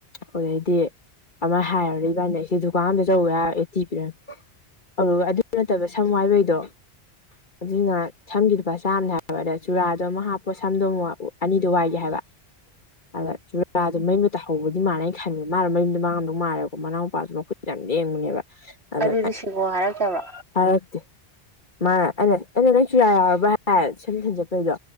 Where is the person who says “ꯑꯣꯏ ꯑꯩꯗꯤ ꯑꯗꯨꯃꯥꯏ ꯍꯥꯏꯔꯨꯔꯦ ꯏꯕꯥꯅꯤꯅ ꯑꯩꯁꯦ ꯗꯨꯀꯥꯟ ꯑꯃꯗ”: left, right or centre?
Left